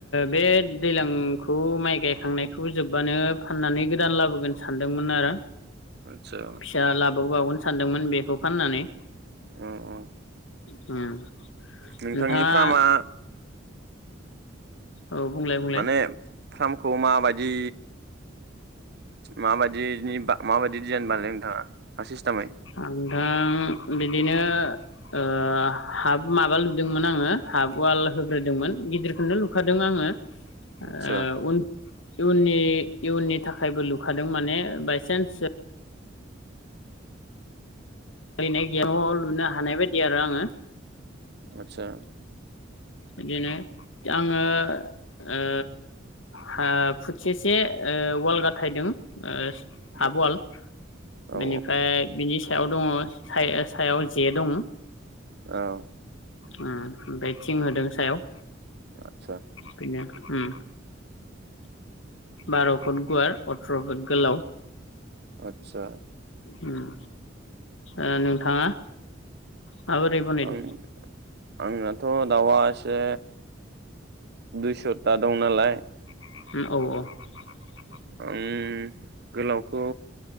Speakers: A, on the left; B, on the right.
A: बे दैलांखौ माइ गायखांनायखौ जोब्बानो फाननानै गोदान लाबोगोन सानदोंमोन आरो।
B: आदसा
A: फिसा लाबोबावगोन। सानदोंमोन बेखौ। फाननानै
B: अ अ
A: उम
B: नोंथांनि
A: नोंथाङा
B: फार्मआ
A: औ बुंलाय बुंलाय।
B: माने फार्मखौ माबायदि माबायदिनि माबायदि डिजाइन बानायो नोंथाङा मा सिस्टेमै?
A: आं दा बिदिनो ओ हाफ माबा लुदोंमोन आङो, हाफ वाल होग्रोदोंमोन गिदिरखौनो लुखादों आङो। ओ
B: आदसा
A: उन इयुननि इयुननि थाखायबो लुखादों माने, बायसेन्स ओरैनो गेयाव लुनो हानाय बायदि आरो आङो।
B: आतसा।
A: बिदिनो आङो ओ हा फुथिसे ओ, वाल गाथायदों ओ हाबवाल
B: औ औ
A: बेनिफ्राय बिनि सायाव दङ सायाव जे दङ।
B: औ।
A: ओ बेद थिं होदों सायाव।
B: आतसा।
A: बिनो उम बार' फुट गुवार अथ्र' फुट गोलाव।
B: आतसा
A: उम ओ नोंथाङा माबोरै बनायो
B: आं आंनाथ' दाउआ एसे दुइस'था दं नालाय
A: औ औ
B: आं गोलावखौ